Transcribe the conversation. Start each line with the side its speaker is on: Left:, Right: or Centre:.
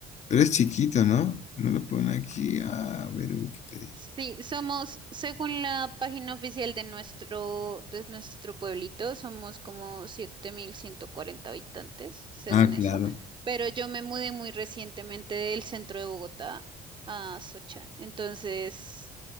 Left: Pero es chiquito, ¿no? No lo pone aquí. ah, A ver, Wikipedia.
Right: Sí, somos, según la página oficial de nuestro, de nuestro pueblito, somos como 7.140 habitantes, según
Left: Ah, claro,
Right: eso. Pero yo me mudé muy recientemente del centro de Bogotá a Socha, entonces